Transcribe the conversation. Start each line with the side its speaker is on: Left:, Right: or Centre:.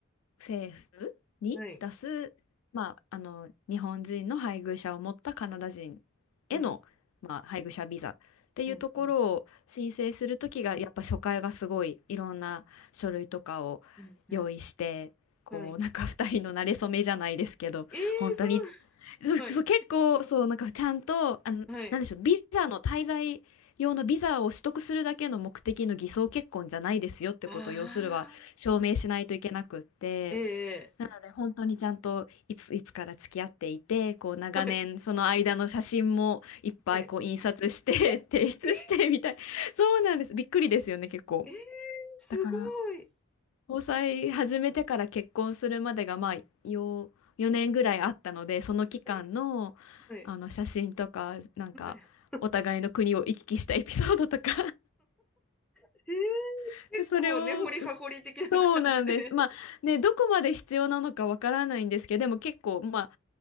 Left: 政府に出す、
Centre: はい。
Left: まあ、あの日本人の配偶者を持ったカナダ人への、
Centre: はい。
Left: まあ、配偶者ビザっていうところを申請するときがやっぱ初回がすごいいろんな書類とかを用意してこうなんか2人の馴れ初めじゃないですけど本当にそうそう結構そうなんかちゃんとあのなんでしょうビザの滞在用のビザを取得するだけの目的の偽装結婚じゃないですよってことを要するは証明しないといけなくって
Centre: うん、うん。うん、うん。はい。ええ、そう。はい。はい。ああ。ええ。
Left: なので本当にちゃんといつ、いつから付き合っていてこう長年その間の写真もいっぱいこう印刷して
Centre: はい。はい。え、
Left: <laughs> 提出してみたいそうなんですびっくりですよね結構
Centre: え、えー、すごい。
Left: だから交際始めてから結婚するまでがまあよ4年ぐらいあったのでその期間の、
Centre: はい。はい。
Left: あの写真とかなんかお互いの国を行き来したエピソードとか
Centre: はい。<laughs> え
Left: <laughs>
Centre: ー、結構根掘り葉掘り的な感じで。
Left: それを、そうなんです。まあね、どこまで必要なのかわからないんですけど、でも結構、まあ、